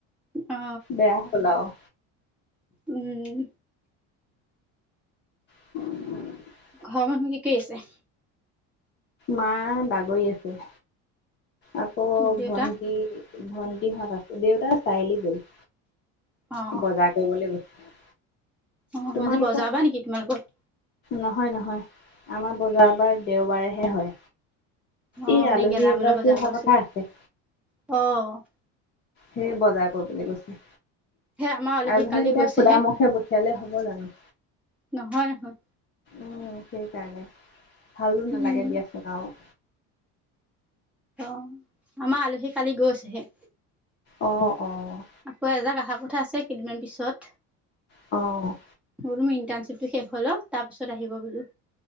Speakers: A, in the centre; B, on the left (about 35°).
A: অ
B: বেয়া পোলাও।
A: উম।
B: <unintelligible>
A: ঘৰৰ মানুহ কি কৰি আছে?
B: মা বাগৰি আছে। আকৌ
A: দেউতা
B: ভন্টি ভন্টিহঁত আছে, দেউতা চাৰিআলি গ'ল।
A: অ
B: বজাৰ কৰিবলৈ গৈছে।
A: অ'
B: তোমালোকৰ
A: আজি বজাৰ বাৰ নেকি তোমালোকৰ?
B: নহয় নহয়, আমাৰ বজাৰবাৰ দেওবাৰেহে হয়।
A: অ
B: এই
A: মানে
B: আলহী
A: গেলামালৰ
B: এগৰাকী
A: বজাৰ
B: অহা
A: গৈছে
B: কথা আছে।
A: অ'।
B: সেই বজাৰ কৰিবলৈ গৈছে,
A: সেই আমাৰ আলহী
B: আৰু
A: কালি
B: ধক যেতিয়া
A: গৈছেহে
B: খুদা মুখে পঠিয়াহলে হ'ব জানো।
A: নহয় নহয়।
B: উম সেইকাৰণে, ভালো
A: উম
B: নালাগে দিয়াচোন আৰু।
A: অ', আমাৰ আলহী কালি গৈছেহে।
B: অ', অ'।
A: আকৌ এজাক আহা কথা আছে কেইদিনমান পিছত।
B: অ'।
A: বোলো মোৰ ইণ্ট্ণশিপটো শেষ হৈ লক তাৰ পিছত আহিব বোলো।